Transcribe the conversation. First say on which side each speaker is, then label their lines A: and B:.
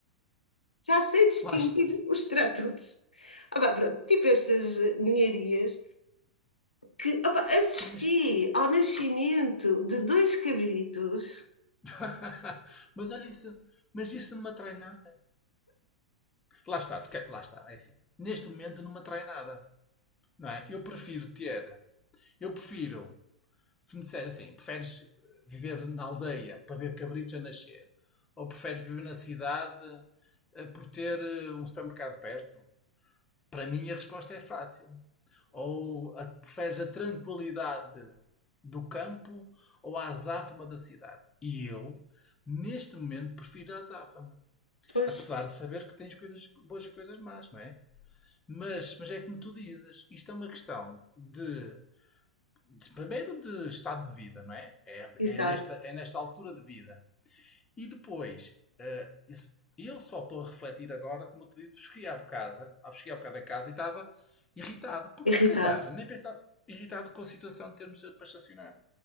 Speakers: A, on the left; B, on the left.
A: Já sei distinguir
B: Lá está.
A: os tratores. Ah, pá, pronto, tipo estas eh, ninharias que ah, pá, assisti
B: Sim, mas.
A: ao nascimento de dois cabritos.
B: <laughs> Mas olha isso. Mas isso não me atrai nada. Lá está, se quer- lá está. É assim. Neste momento não me atrai nada. Não é? Eu prefiro ter. Eu prefiro, se me disseres assim, preferes viver na aldeia para ver cabritos a nascer? Ou preferes viver na cidade eh, por ter eh, um supermercado perto? Para mim a resposta é fácil. Ou a, preferes a tranquilidade do campo ou a azáfama da cidade? E eu, neste momento, prefiro a azáfama.
A: <laughs> pois,
B: Apesar de saber que tens coisas boas e coisas más, não é? Mas, mas é como tu dizes, isto é uma questão de primeiro de estado de vida, não é? É,
A: exato,
B: é nesta, é nesta altura de vida. E depois, eh, isso- eu só estou a refletir agora, como eu te disse, cheguei há bocado, ah, cheguei há bocado a casa e estava irritado, porque
A: irritado.
B: se calhar, nem pensava, irritado com a situação de termos para estacionar,